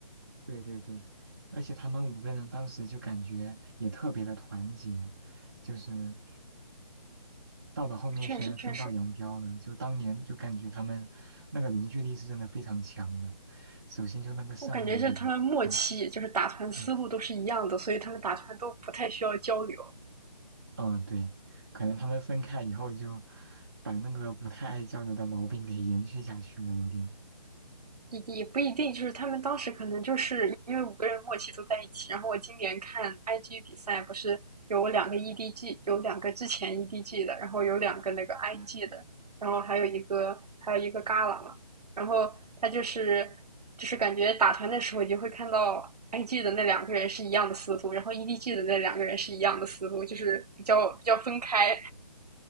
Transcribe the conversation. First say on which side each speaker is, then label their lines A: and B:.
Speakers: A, on the right; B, on the right.
A: 对对对，而且他们五个人当时就感觉也特别的团结，就是到了后面虽然分道扬镳了，
B: 确实确实，
A: 就当年就感觉他们那个凝聚力是真的非常强的。首先就那个上路，
B: 我感觉是他们默契，
A: 对吧？嗯
B: 就是打团思路都是一样的，
A: 嗯
B: 所以他们打团都不太需要交流。
A: 嗯，对，可能他们分开以后就把那个不太爱交流的毛病给延续下去了，有点。
B: 也也不一定，就是他们当时可能就是因为五个人默契都在一起。然后我今年看 IG 比赛，不是有两个 EDG，有两个之前 EDG 的，然后有两个那个 IG 的，然后还有一个还有一个 Gala 嘛。然后他就是就是感觉打团的时候，你就会看到 IG 的那两个人是一样的思路，然后 EDG 的那两个人是一样的思路，就是比较比较分开。